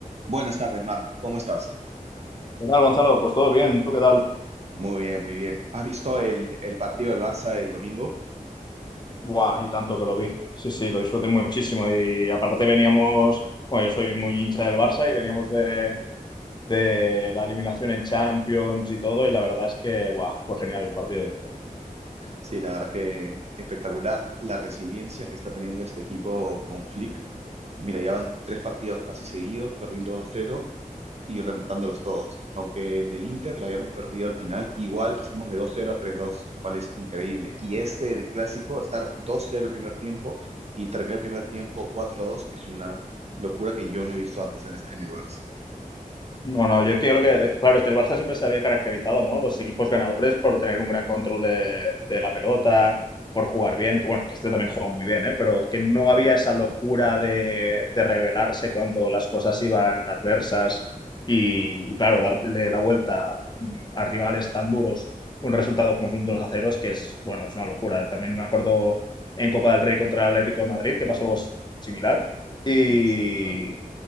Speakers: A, on the right (about 50°); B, on the left (about 30°).
A: Buenas tardes, Marc. ¿Cómo estás?
B: ¿Qué tal, Gonzalo? Pues todo bien, ¿tú qué tal?
A: Muy bien, muy bien. ¿Has visto el, el partido del Barça el domingo?
B: Buah, y tanto que lo vi. Sí, sí, lo disfruté muchísimo. Y aparte veníamos, bueno, yo soy muy hincha del Barça y veníamos de, de la eliminación en Champions y todo, y la verdad es que, buah, fue genial el partido.
A: Sí, la verdad que espectacular la resiliencia que está teniendo este equipo con Flick. Mira, ya van tres partidos casi seguidos, perdiendo dos cero y remontándolos todos. Aunque el del Inter la habíamos perdido al final, igual pasamos de dos cero a tres dos, lo cual es increíble. Y este del clásico, estar dos cero el primer tiempo y terminar el primer tiempo 4 dos es una locura que yo no he visto antes en, este, en el Barça.
B: No, no, yo es que creo que, eh, claro, es que el Barça siempre se había caracterizado, ¿no? Los equipos ganadores por tener un gran control de, de la pelota, por jugar bien, que bueno, que este también jugó muy bien, ¿eh? Pero que no había esa locura de, de rebelarse cuando las cosas iban adversas y, y, claro, darle la vuelta mm, a rivales tan duros, un resultado como un 2 a 0, es que es, bueno, es una locura. También me acuerdo en Copa del Rey contra el Atlético de Madrid, que pasó algo similar. Y,
A: Exacto.